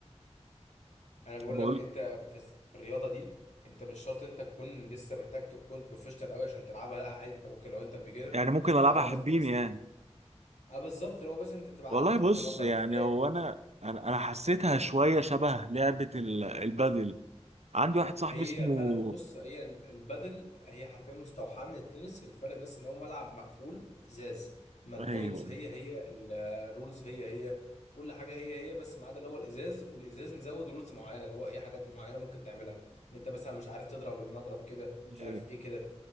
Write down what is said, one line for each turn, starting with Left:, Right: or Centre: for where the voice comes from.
Left: انا بقول
Right: بقول
Left: لك انت في الس- في الرياضه دي انت مش شرط انت تكون لسه محتاج تكون بروفيشنال قوي عشان تلعبها لا عادي انت ممكن لو انت بيجنر
Right: يعني ممكن العبها
Left: وعارف
Right: حبيني
Left: بس بس
Right: يعني
Left: اه بالظبط اللي هو بس انت تبقى
Right: والله
Left: عارف ماسك
Right: بص
Left: المضرب
Right: يعني
Left: ازاي
Right: هو انا انا أنا حسيتها شويه شبه لعبه ال- البادل عندي واحد صاحبي
Left: هي
Right: اسمه
Left: فعلا بص هي ال- البادل هي حرفيا مستوحاه من التنس الفرق بس ان هو ملعب مقفول وازاز ما البوينتس
Right: ايوه
Left: هي هي ال- الرولز هي هي كل حاجه هي هي بس ما عدا اللي هو الازاز والازاز مزود رولز معينه اللي هو ايه حاجات معينه ممكن تعملها ان انت مثلا مش عارف تضرب المضرب كده مش
Right: ايوه
Left: عارف ايه كده